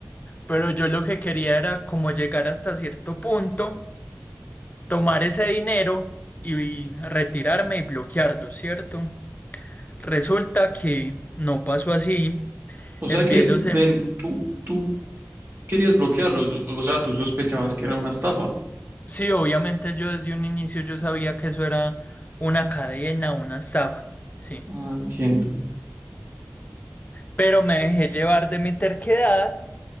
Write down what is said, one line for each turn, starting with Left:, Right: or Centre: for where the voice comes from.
Left: pero yo lo que quería era como llegar hasta cierto punto, tomar ese dinero y retirarme y bloquearlo, ¿cierto? Resulta que no pasó así.
Right: O
Left: Envié
Right: sea que,
Left: los,
Right: ven,
Left: em-
Right: tú, tú querías bloquearlos, o sea, tú sospechabas que era una estafa.
Left: Sí, obviamente yo desde un inicio yo sabía que eso era una cadena, una estafa, sí.
Right: Ah, entiendo.
Left: Pero me dejé llevar de mi terquedad